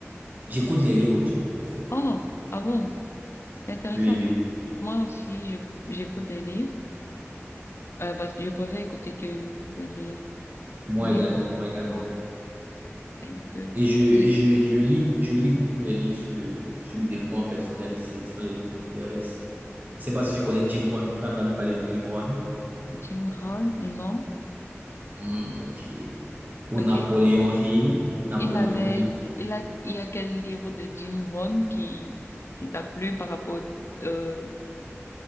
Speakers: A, on the right; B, on the left.
A: j'écoute les livres audio, en fait.
B: Oh, ah bon? C'est Intéressant
A: Oui, oui,
B: ça.
A: oui.
B: Moi aussi, je j'écoute des livres. euh, parce que je préfère écouter que de lire.
A: Moi
B: Mais
A: également, moi également.
B: bon, un peu.
A: Et je, et
B: Et
A: je, je lis, je lis beaucoup les livres sur le, sur le développement personnel. C'est, ce sont les livres qui m'intéressent. Je sais pas si tu connais Jim Rohn. Tu as entendu parler de Jim Rohn?
B: Jim Rohn? Non?
A: Hmm, ok. Ou
B: Ok.
A: Napoléon Hill. Napoléon
B: Il avait,
A: Hill.
B: il a, il y a quel livre de Jim Rohn qui, qui t'a plu par rapport au euh,